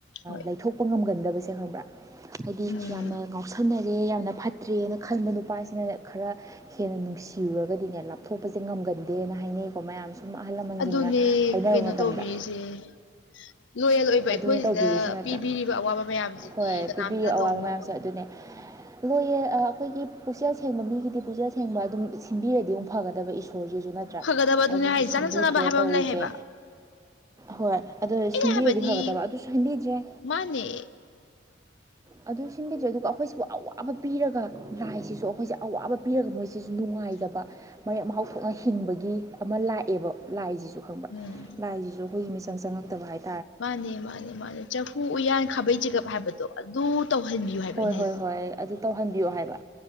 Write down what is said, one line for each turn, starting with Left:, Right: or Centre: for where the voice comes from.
Left: ꯍꯣꯏ
Right: ꯂꯩꯊꯣꯛꯄ ꯉꯝꯒꯟꯗꯕꯁꯦ ꯈꯪꯕ꯭ꯔꯥ ꯍꯥꯏꯗꯤ
Left: ꯎꯝ
Right: ꯌꯥꯝꯅ ꯉꯥꯎꯁꯟꯅ ꯦ ꯌꯥꯝꯅ ꯐꯠꯇ꯭ꯔꯦꯅ ꯈꯟꯕ ꯅꯨꯄꯥꯁꯤꯅ ꯈꯔ ꯍꯦꯟꯅ ꯅꯨꯡꯁꯤꯔꯨꯔꯒꯗꯤꯅꯦ ꯂꯥꯞꯊꯣꯛꯄꯁꯦ ꯉꯝ ꯟꯗꯦꯅ ꯍꯥꯏꯣ ꯃꯌꯥꯝ ꯁꯨꯝ ꯑꯍꯜ ꯂꯃꯟꯁꯤꯡꯅ
Left: ꯑꯗꯨꯅꯦ
Right: ꯍꯥꯏꯅꯕ
Left: ꯀꯩꯅꯣ
Right: ꯃꯇꯝꯗ
Left: ꯇꯧꯕꯤꯔꯤꯁꯦ ꯂꯣꯌꯦꯜ ꯑꯣꯏꯕ ꯑꯩꯈꯣꯏꯁꯤꯗ
Right: ꯑꯗꯨꯅ ꯇꯧꯕꯤꯔꯨꯁ ꯅꯠꯇ꯭ꯔꯥ
Left: ꯄꯤꯕꯤꯔꯤꯕ ꯑꯋꯥꯕ ꯃꯌꯥꯝꯁꯤꯗꯤ
Right: ꯍꯣꯏ
Left: ꯀꯅꯥꯝꯇꯅ
Right: ꯄꯤꯕꯤꯌꯨ ꯑꯋꯥꯕ
Left: ꯇꯧꯕ ꯉꯝꯃꯣꯏ
Right: ꯃꯌꯥꯝꯁꯨꯦ ꯑꯗꯨꯅꯦ ꯂꯣꯏꯌꯦ ꯑꯩꯈꯣꯏꯒꯤ ꯄꯨꯛꯆꯦꯜ ꯁꯦꯡꯕ ꯃꯤꯒꯤꯗꯤ ꯄꯨꯛꯆꯦꯜ ꯁꯦꯡꯕ ꯑꯗꯨꯝ ꯁꯤꯟꯕꯤꯔꯗꯤ ꯑꯃꯨꯛ ꯐꯒꯗꯕ ꯏꯁꯣꯔ ꯁꯣꯔꯁꯤꯁꯨ ꯅꯠꯇ꯭ꯔꯥ
Left: ꯐꯒꯗꯕ ꯑꯗꯨꯅꯦ
Right: ꯑꯗꯨꯁꯨ
Left: ꯍꯥꯏ ꯆꯥꯟꯅ
Right: ꯁꯤꯟꯕꯤꯗ꯭ꯔꯦ
Left: ꯆꯥꯟꯅꯕ ꯍꯥꯏꯕ
Right: ꯇꯧꯔꯤꯁꯦ
Left: ꯑꯃ ꯂꯩ ꯍꯥꯏꯕ
Right: ꯍꯣꯏ ꯑꯗꯨ
Left: ꯑꯩꯅ
Right: ꯁꯦꯝꯕꯤꯔꯗꯤ
Left: ꯍꯥꯏꯕꯗꯤ
Right: ꯐꯒꯗꯕ ꯑꯗꯨꯁꯨ ꯁꯦꯝꯕꯤꯗ꯭ꯔꯦ
Left: ꯃꯥꯅꯦ
Right: ꯑꯗꯨ ꯁꯤꯟꯈꯤꯗ꯭ꯔꯦ ꯑꯗꯨꯒ ꯑꯩꯈꯣꯏꯁꯤꯕꯨ ꯑꯋꯥꯕ ꯄꯤꯔꯒ ꯂꯥꯏꯁꯤꯁꯨ ꯑꯩꯈꯣꯏꯁꯦ ꯑꯋꯥꯕ ꯄꯤꯔꯒ ꯃꯣꯏꯁ ꯁꯤꯁꯨ ꯅꯨꯡꯉꯥꯏꯖꯕ ꯃꯔꯦꯛ ꯃꯍꯥꯎ ꯊꯣꯛꯅ ꯍꯤꯡꯕꯒꯤ ꯑꯃ ꯂꯥꯛꯑꯦꯕ ꯂꯥꯏꯁꯤꯁꯨ ꯁꯁꯨ ꯈꯪꯕ
Left: ꯎꯝ
Right: ꯂꯥꯏꯁꯤꯁꯨ ꯑꯩꯈꯣꯏꯒꯤ ꯃꯤꯆꯪ ꯆꯪꯉꯛꯇꯕ ꯍꯥꯏꯇꯥꯔꯦ
Left: ꯃꯥꯅꯦ ꯃꯥꯅꯦ ꯃꯥꯅꯦ ꯆꯐꯨ ꯎꯌꯥꯟ ꯈꯥꯕꯩ ꯆꯤꯒꯞ ꯍꯥꯏꯕꯗꯣ ꯑꯗꯨ ꯇꯧꯍꯟꯕꯤꯌꯨ ꯍꯥꯏꯕ
Right: ꯍꯣꯏ
Left: ꯑꯩꯅ
Right: ꯍꯣꯏ
Left: ꯍꯥꯏꯁꯦ
Right: ꯍꯣꯏ ꯑꯗꯨ ꯇꯧꯍꯟꯕꯤꯌꯣ ꯍꯥꯏꯕ